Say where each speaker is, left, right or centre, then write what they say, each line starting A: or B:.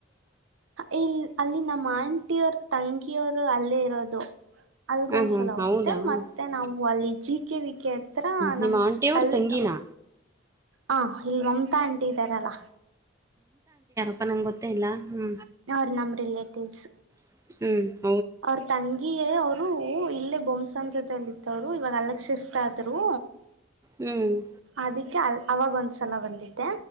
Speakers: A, on the right; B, on the right.
A: ಇಲ್ ಅಲ್ಲಿ ನಮ್ಮ ಆಂಟಿ ಅವರ್ ತಂಗಿಯವರು ಅಲ್ಲೇ ಇರೋದು ಅಲ್ಗೊಂದ್ಸಲ
B: ಹಾಂ ಹಾಂ
A: ಹೋಗುತ್ತೆ
B: ಹೌದಾ ಹ್ಞೂ
A: ಮತ್ತೆ ನಾವು ಅಲ್ಲಿ ಜ ಕೆ ವಿಕೆ ಹತ್ರ
B: ನಿಮ್ಮ
A: ನಮ
B: ಆಂಟಿಯವ್ರ
A: ಅಲ್ಲಿ
B: ತಂಗಿನಾ
A: ಹ ಇಲ್ ಮಮತಾ ಆಂಟಿ ಇದ್ದಾರಲ್ಲ
B: ಅಪ್ಪ ನಂಗೆ ಗೊತ್ತೇ ಇಲ್ಲ ಹ್ಞೂ
A: ಅವ್ರ ನಮ್ಮ ರಿಲೇಟಿವ್ಸ್
B: ಹ್ಮ್
A: ಅವ್ರ ತಂಗಿಯ ಅವರು ಇಲ್ಲೇ ಬೊಂಬಸಂತತಲಿ ಇತ್ತವ್ರು ಇವಾಗ ಅ ಶಿಫ್ಟ್ ಆದ್ರು
B: ಹ್ಮ್
A: ಅದಕ್ಕೆ ಅ ಅವಾಗ ಒಂದ್ಸಲ ಬಂದಿದ್ದೆ